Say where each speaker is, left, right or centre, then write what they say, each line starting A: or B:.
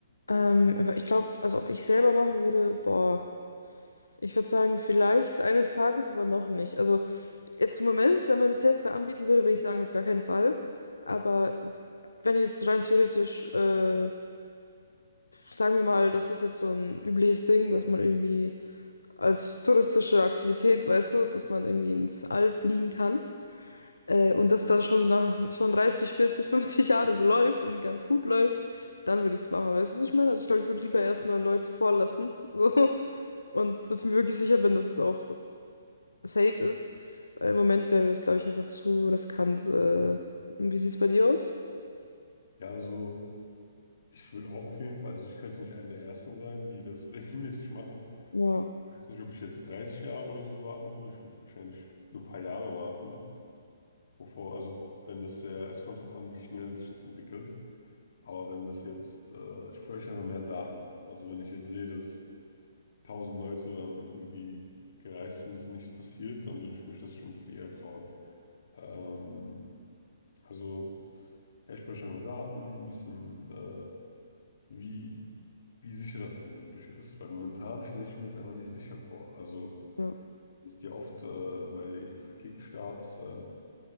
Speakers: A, on the left; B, on the left.
A: Ähm, aber ich glaube, also ob ich selber machen würde, boah, ich würde sagen, vielleicht eines Tages, aber noch nicht. Also jetzt im Moment, wenn man das jetzt wer anbieten würde, würde ich sagen, auf gar keinen Fall. Aber wenn jetzt rein theoretisch äh, sagen wir mal, das ist jetzt so ein übliches Ding, dass man irgendwie als touristische Aktivität, weißt du, dass man irgendwie ins All fliegen kann. Äh, und das dann schon, nach, schon 30, 40, 50 Jahre so läuft und ganz gut läuft, dann würde ich es machen. Weißt du, was ich meine? Also ich glaube, ich würde lieber erstmal Leute vorlassen. <laughs> So, und bis ich mir wirklich sicher bin, dass es auch safe ist. Weil im Moment wäre mir das, glaube ich, einfach zu riskant. Äh, und wie sieht's bei dir aus?
B: Ja, also ich würde auch auf jeden Fall, also ich könnte nicht einer der Ersten sein, die das <laughs> regelmäßig machen.
A: Ja,
B: Ich weiß nicht, ob ich jetzt 30 Jahre oder so warten würde. Ich würde wahrscheinlich nur ein paar Jahre warten, bevor, also wenn es sehr, es kommt darauf an, wie schnell sich das entwickelt. Aber wenn das jetzt, äh, ich bräuchte einfach mehr Daten. Also wenn ich jetzt sehe, dass tausend Leute dann irgendwie gereist sind, dass nichts passiert, dann würde ich mich das schon viel eher trauen. Ähm, also ja, ich bräuchte einfach Daten, ein bisschen, äh, wie, wie sicher das denn wirklich ist. Weil momentan stelle ich mir das einfach nicht sicher vor. Also
A: ja.
B: es ist ja oft äh, bei Raketenstarts, ähm,